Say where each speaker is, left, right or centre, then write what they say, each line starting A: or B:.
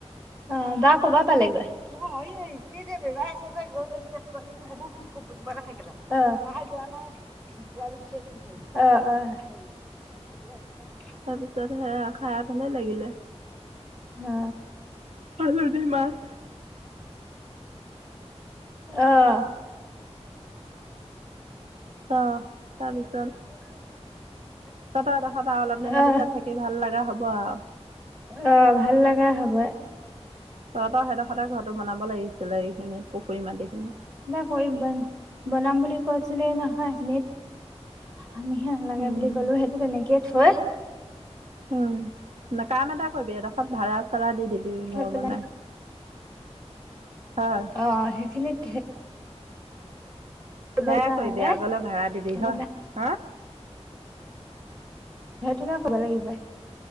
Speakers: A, on the right (about 35°); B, on the right (about 70°).
A: অঁ তাই কবা পালেগৈ <unintelligible> <unintelligible> থাকিলে আহ তাই যোৱা নাই পোৱালি বিছাৰি ফুৰিছে। অ অ। সেইকাৰণে গৈ একেবাৰে
B: তাৰপিছত সেয়া খাই ভালে লাগিলে।
A: অ
B: হালধি মাছ
A: অহ
B: অহ তাৰপিছত
A: <unintelligible>
B: তাত আৰু এইদসত অলপ দিনৰ
A: অ
B: পিছত থাকি ভাল লগা হ'ব আৰু।
A: অ', ভাল লগা হ'ব।
B: তহঁত সেইদসতে ঘৰতো বনাব লাগিছিলে এইখিনি পুখুৰী মাটিখিনি।
A: পুখুৰী বন বনাম বুলি কৈছিলে নহয় সেইখিনিত। আমি হে নালাগে
B: উম
A: বুলি ক'লো সেইটো তেনেকে থৈ
B: উম, কাম এটা কৰিবি এইডোখৰত ভড়া চাড়া দি দিবি
A: থৈ
B: ঘৰ
A: পেলাই
B: বনাই। অ'।
A: অ', সেইখিনিত কৰিব
B: সেয়াই
A: লগা
B: কৰিবি
A: হলে
B: আগলৈ ভাড়া দিবি হয়
A: বনাই
B: হা।
A: সেইটোকে ক'ব লাগিব।